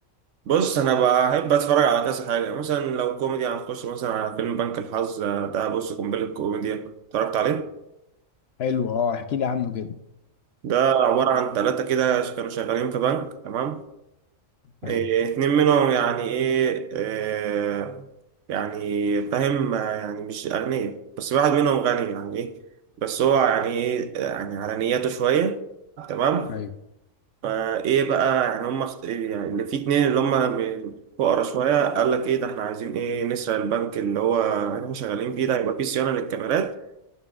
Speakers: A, on the right; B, on the left.
A: بص انا بحب اتفرج على كذا حاجه مثلا لو كوميدي هنخش مثلا على فيلم بنك الحظ آه، ده بص قنبله كوميديا اتفرجت عليه
B: حلو اه احكي لي عنه كده
A: ده عباره عن ثلاثه كده ش- كانوا شغالين في بنك تمام إيه
B: ايوه
A: اتنين منهم يعني ايه, إيه يعني فاهم آه، يعني مش اغنياء بس واحد منهم غني يعني ايه بس هو يعني ايه يعني على نياته شويه تمام
B: ايوه
A: فايه بقى يعني هم اخت... يعني اللي في اتنين اللي هم م- فقرا شويه قال لك ايه ده احنا عايزين ايه نسرق البنك اللي هو احنا شغالين فيه ده هيبقى فيه صيانه للكاميرات